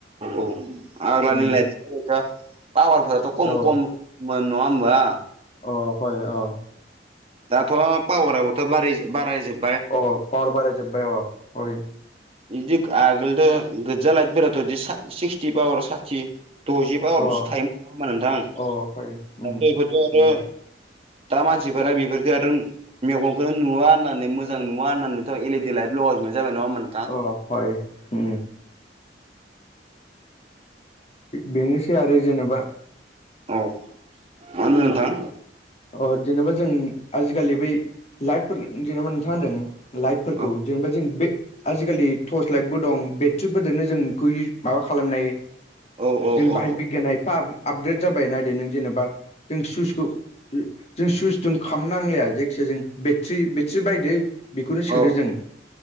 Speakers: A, on the right; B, on the left.
A: औ आग्लानि
B: उम
A: लाइट पावारफोराथ' खम
B: अ
A: खममोन नङा होमबा?
B: अ हय अ
A: दाथ' पावाराबोथ' बारि बाराय जोब
B: अ पावार बाराय जोब्बायाय अय
A: बिदि आगोलथ' गोजा लाइटफोराथ' इदि सिक्सटि पावार साथि द'जिबा
B: अ
A: ल'सो थायोमोन नङा होमबा नोंथां
B: अ हय
A: दाथ'
B: उम
A: बेफोरथ' आरो
B: नंगौ
A: दा मानसिफोरा बेफोरखौ आरो मेगनखौनो नुवा होननानै मोजां नुवा होननानैथ' एलिडि लाइट लगाय जोबनाय जाबाय नङा ओमबा नोंथां?
B: अ हय अ बेनोसै आरो जेनबा
A: औ मा होनदों नोंथां?
B: अ जेनेबा जों आजिखालि बै लाइटफोर जेनबा नोंथांआ होनदों लाइटफोरखौ
A: औ
B: जेनेबा जों बे आजिखालि टर्च लाइटबो दं बे थ्रिफोरजोंनो जों बेखौ माबा खालामनाय
A: औ
B: जों
A: औ
B: बाहाय बिगियान एफा आपग्रेद जाबाय नायदो नों जेनेबा नों सुइसखौ जों सुइसजोंों खाम नांलाया जायखियााया जों बेट्रि बेट्रि बायदो। बेखौनो सोदो
A: औ
B: जों